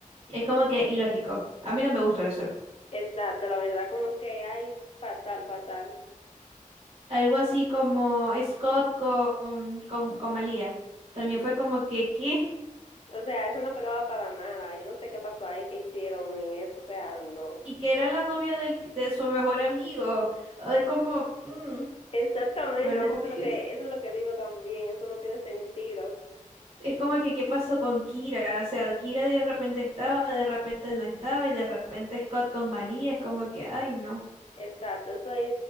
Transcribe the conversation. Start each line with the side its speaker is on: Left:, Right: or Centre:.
Right: Es como que ilógico. A mí no me gustó eso.
Left: Exacto, la verdad como que, ay, fatal, fatal.
Right: Algo así como Scott con, con, con Malia. También
Left: Sí.
Right: fue como que, ¿qué?
Left: O sea, eso no pegaba para nada. Yo no sé qué pasó ahí, qué hicieron en eso. O sea, no.
Right: y que era la novia del- de su mejor amigo. Ah, Es como, mm,
Left: Exactamente,
Right: pero bueno,
Left: eso es
Right: <laughs>
Left: lo que, eso es lo que digo también. Eso no tiene sentido.
Right: es como que, ¿qué pasó con Kira? O sea, Kira de repente estaba, de repente no estaba, y de repente Scott con Malia, es como que, ay, no.
Left: Exacto, eso ahí